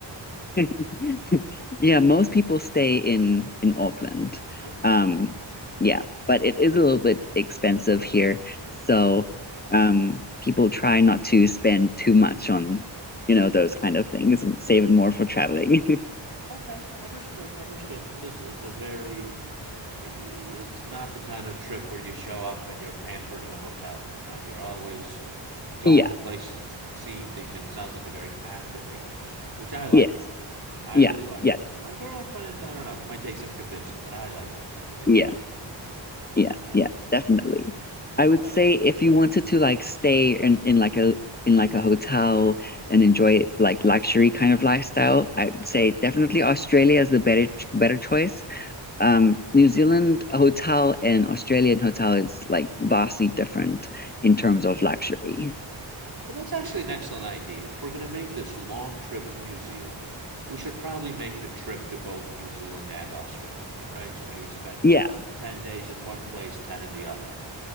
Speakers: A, on the left; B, on the right.
A: <laughs> Yeah, most people stay in in Auckland.
B: Okay.
A: Um, yeah, but it is a little bit expensive here. So, um, people try not to spend too much on, you know, those kind of things and save it more for traveling. <laughs>
B: Okay, understood, understood. So this it's a very i- i- it's not the kind of trip where you show up and you're pampered in a hotel room, right? You're always going
A: Yeah,
B: places, seeing things, and it sounds like a very active vacation, which I like.
A: yes.
B: I
A: Yeah,
B: really like
A: yeah,
B: that. My girlfriend, I don't know, might take some convincing, but I like that kind of vacation.
A: yeah, yeah,
B: So,
A: yeah, definitely. I would
B: so
A: say if you wanted to like stay in in like a in like a hotel and enjoy like luxury kind of lifestyle, I'd say definitely Australia is the better better choice.
B: okay.
A: um, New Zealand hotel and Australian hotel is like vastly different in terms of luxury.
B: Right. Well, that's actually an excellent idea. If we're going to make this long trip to New Zealand, we should probably make it a trip to both New Zealand and Australia, All right. So maybe spend
A: Yeah,
B: 10 days in one place, 10 in the other.